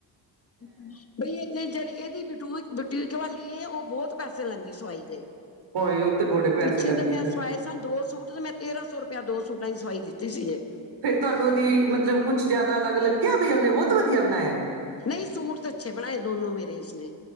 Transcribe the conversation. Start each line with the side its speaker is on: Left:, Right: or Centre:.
Left: <inaudible> ਬਈ ਇਹ ਤੇ ਜਿਹੜੀ ਇਹਦੀ ਬਟੂਕ ਬਟੀਕ ਵਾਲੀ ਉਹ ਬਹੁਤ ਪੈਸੇ ਲੈਂਦੀ ਸਵਾਈ ਦੇ,
Right: ਹੋਏ ਉਹ ਤੇ ਬੜੇ ਪੈਸੇ
Left: ਪਿੱਛੇ
Right: ਲੈਂਦੀ
Left: ਤਾਂ ਮੈਂ
Right: ਫਿਰ
Left: ਸਵਾਏ! ਦੋ ਸੂਟ ਤੇ ਮੈਂ ਤੇਰਾਂ ਸੌ ਰੁਪਇਆ ਦੋ ਸੂਟਾਂ ਦੀ ਸਵਾਈ ਦਿੱਤੀ ਸੀ ਜੇ!
Right: ਫੇਰ ਤੁਹਾਨੂੰ ਉਹਦੀ ਮਤਲਬ ਕੁਛ ਜ਼ਿਆਦਾ ਅਲੱਗ ਲੱਗਿਆ ਵੀ ਉਹਨੇ ਬਹੁਤ ਵਧੀਆ ਬਣਾਇਆ,
Left: ਨਹੀ ਸੂਟ ਤਾਂ ਅੱਛੇ ਬਣਾਏ ਦੋਨੋ ਮੇਰੇ ਉਸਨੇ,